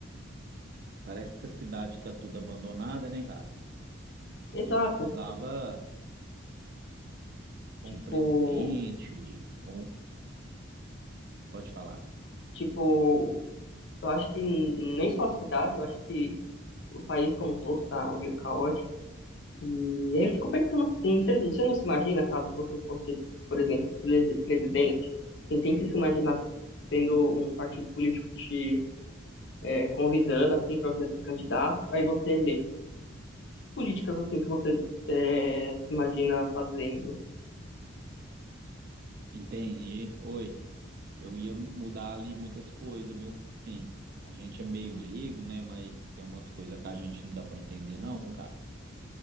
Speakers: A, on the right; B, on the left.
A: parece que a cidade tá tudo abandonada, né, cara? Tipo
B: Exato.
A: Assim, precisava ou
B: Tipo,
A: um presidente, ou um- pode falar.
B: tipo, eu acho que nem só a cidade, eu acho que o país como um todo tá meio caótico. E aí eu fico pensando assim, você, você não se imagina caso você fosse, por exemplo, presi- presidente? Você tenta se imaginar tendo um partido político te é, convidando assim para você ser candidato, aí você lê políticas assim que você é, se imagina fazendo.
A: Entendi. Oi, eu ia mudar ali muitas coisas, viu? Sim, a gente é meio leigo, né, mas tem umas coisas que a gente não dá pra entender não, cara.